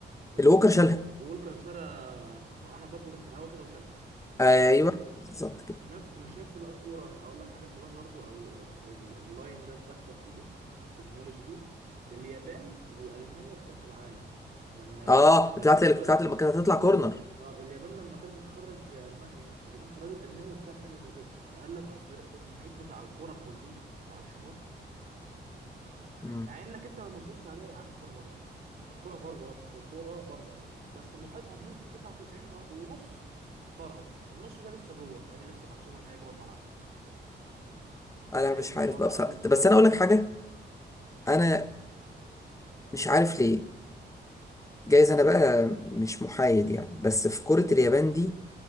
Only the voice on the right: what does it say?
اللي
كان
وولكر شالها تحس انه عمل باكورد في الهواء كده وشالها صح
نفس مش نفس بقى الكورة هقول لك حاجة شبهها برضو او ال- ال- اللاين ده اتدخل فيها التكنولوجي دي اليابان وألمانيا في كأس العالم لما
ال- لما
اليابان
اه اليابان لما كانت هتخرج ألمانيا يا اسطى اليابان خرجت ألمانيا بسبب حاجة زي كده قال لك اصل المحيط بتاع الكورة كله ما خرجش بره
مع انك انت لما تبص عليها يا عم الكورة بره الكورة بره الكورة بره بس محيطها بنسبة 99 ونص بره النص ده لسه جوه فهي لسه محسوبة ان هي جوه الملعب انت متخيل
الموضوع
بقى
وصل
من
ايه